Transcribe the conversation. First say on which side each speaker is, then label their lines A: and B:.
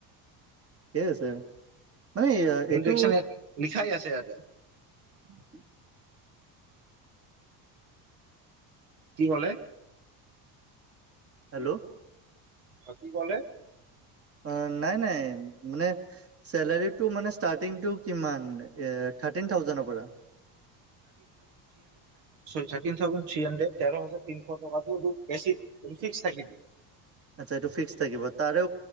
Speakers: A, on the right; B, on the right.
A: ঠিকে আছে। নাই এইটো।
B: দেখছা ইয়াত <unintelligible>
A: উম।
B: কি হলে?
A: হেল্ল'।
B: আৰু কি কলে?
A: অঁ নাই নাই মানে চেলাৰীটো মানে ষ্টাৰ্টিংটো কিমান থাৰ্টিন থাউজেডৰ পৰা
B: চ থাৰ্টিন থাউজেণ্ড থ্ৰী হাণ্ড্ৰেড তেৰ হাজাৰ তিনিশ টকাটো বেছি ফিক্স থাকিব।
A: আচ্ছা এইটো ফিক্স থাকিব তাৰে